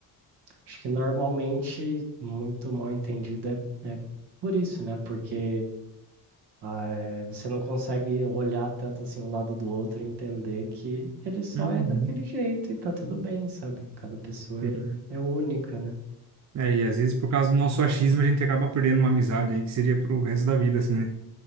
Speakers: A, on the right (about 80°); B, on the right (about 45°).
A: acho que normalmente muito mal entendido é, é por isso, né? Porque Ah, é, você não consegue olhar tanto assim um lado do outro e entender que ele só
B: Uhum.
A: é daquele jeito e tá tudo bem, sabe? Cada pessoa
B: Sim.
A: é, é única, né?
B: É, e às vezes por causa do nosso achismo a gente acaba perdendo uma amizade aí que seria pro resto da vida, assim, né?